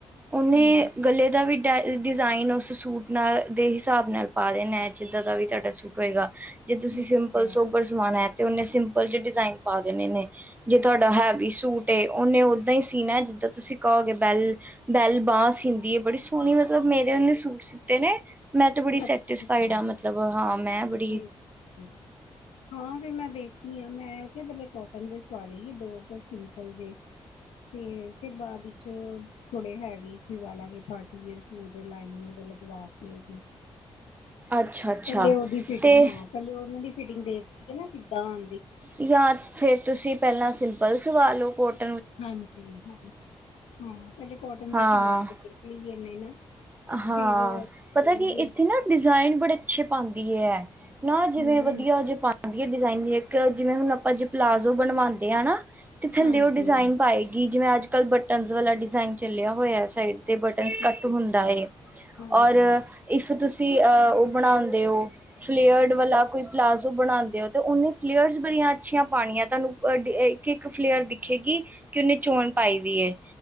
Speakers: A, on the right; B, on the left.
A: ਉਹਨੇ
B: ਹਮ
A: ਗਲੇ ਦਾ ਵੀ ਡ ਡਿਜ਼ਾਇਨ ਉਸ ਸੂਟ ਨਾਲ ਦੇ ਹਿਸਾਬ ਨਾਲ ਪਾ ਦੇਣਾ ਜਿੱਦਾਂ ਦਾ ਵੀ ਤੁਹਾਡਾ ਸੂਟ ਹੋਏਗਾ। ਜੇ ਤੁਸੀਂ
B: ਅੱਛਾ
A: ਸਿੰਪਲ ਸੋਬਰ ਸਵਾਣਾ ਤੇ ਉਹਨੇ ਸਿੰਪਲ ਜੇ ਡਿਜ਼ਾਇਨ ਪਾ ਦੇਣੇ ਨੇ ਜੇ ਤੁਹਾਡਾ ਹੈਵੀ ਸੂਟ ਏ ਉਹਨੇ ਉਦਾਂ ਹੀ ਸੀਣਾ ਜਿੱਦਾਂ ਤੁਸੀਂ ਕਹੋਗੇ ਬੈਲ ਬੈਲ ਬਾਂ ਸੀਂਦੀ ਏ ਬੜੀ ਸੋਹਣੀ ਮਤਲਬ ਮੇਰੇ ਉਹਨੇ ਸੂਟ ਸੀਤੇ ਨੇ ਮੈਂ ਤਾਂ ਬੜੀ
B: ਅੱਛਾ
A: ਸੈਟਿਸਫਾਈਡ ਹਾਂ ਮਤਲਬ ਹਾਂ ਮੈਂ ਬੜੀ
B: ਠੀਕ ਹੈ। ਹਾਂ ਫਿਰ ਮੈਂ ਦੇਖਦੀ ਹਾਂ ਮੈਂ ਕਿ ਪਹਿਲੇ ਕੋਟਨ ਦੇ ਸਵਾ ਲੀਯੇ ਦੋ ਕੁ ਸਿੰਪਲ ਜੇ। ਤੇ ਫਿਰ ਬਾਅਦ ਇਚ ਥੋੜੇ ਹੈਵੀ ਸਿਲਵਾਲਾਂਗੇ ਪਾਰਟੀ ਵੀਅਰ ਲਾਈਨੀੰਗ ਲਗਵਾ ਕੇ
A: ਅੱਛਾ ਅੱਛਾ
B: ਪਹਿਲੇ ਉਹਦੀ ਫਿਟਿੰਗ
A: ਤੇ
B: ਹਾਂ ਪਹਿਲੇ ਉਹਨਾਂ ਦੀ ਫਿਟਿੰਗ ਦੇਖ ਲੲਏ ਨਾ ਕਿੱਦਾਂ ਆਂ
A: ਯਾ ਫੇਰ ਤੁਸੀਂ ਪਹਿਲਾਂ ਸਿੰਪਲ ਸਵਾ ਲਓ ਕੋਟ
B: ਹਾਂਜੀ ਹਾਂ ਹਾਂ ਪਹਿਲੇ ਕੋਟਨ
A: ਹਾਂ
B: ਦਾ ਸਿਲਵਾ ਕੇ ਦੇਖ ਲਈ ਇ ਨਾ।
A: ਹਾਂ
B: ਫਿਰ
A: ਪਤਾ
B: ਇਹ
A: ਕੀ
B: ਵੀ
A: ਇੱਥੇ ਨਾ ਡਿਜ਼ਾਇਨ ਬੜੇ ਪੱਛੇ ਪਾਂਦੀ ਏ ਐ ਨਾ ਇਹ ਨਾ ਜਿਵੇਂ
B: ਹੂੰ
A: ਵਧੀਆ ਦੇ ਪਾ ਵਧੀਆ ਡਿਜ਼ਾਇਨ ਜਿਵੇਂ ਹੁਣ ਆਪਾਂ ਦੇ ਪਲਾਜੋ ਬਣਵਾਉਂਦੇ ਹਾਂ ਨਾ ਤੇ ਥੱਲੇ
B: ਹਾਂਜੀ
A: ਉਹ ਡਿਜ਼ਾਇਨ ਪਾਏਗੀ ਜਿਵੇਂ ਅੱਜ-ਕੱਲ੍ਹ ਬਟਨਸ ਵਾਲਾ ਡਿਜ਼ਾਇਨ ਚੱਲਿਆ ਹੋਇਆ ਸਾਈਡ ਤੇ ਬਟਨਸ
B: ਠੀਕ
A: ਕੱਟ ਹੁੰਦਾ
B: ਹੈ
A: ਏ
B: ਹਾਂਜੀ
A: ਔਰ ਇਫ ਤੁਸੀਂ ਅ ਉਹ ਬਣਾਉਂਦੇ ਓ ਫਲੇਅਰਡ ਵਾਲਾ ਕੋਈ ਪਲਾਜ਼ੋ ਬਣਾਉਂਦੇ ਹੋ ਤੇ ਉਹਨੇ ਫਲੇਅਰਸ ਬੜੀਆਂ ਅੱਛੀਆਂ ਪਾਣੀਆਂ ਤੁਹਾਨੂੰ ਅ ਇੱਕ ਫਲੇਅਰ ਦਿਖੇਗੀ। ਕਿ ਉਹਨੇ ਚੋਣ ਪਾਈ ਦੀ ਏ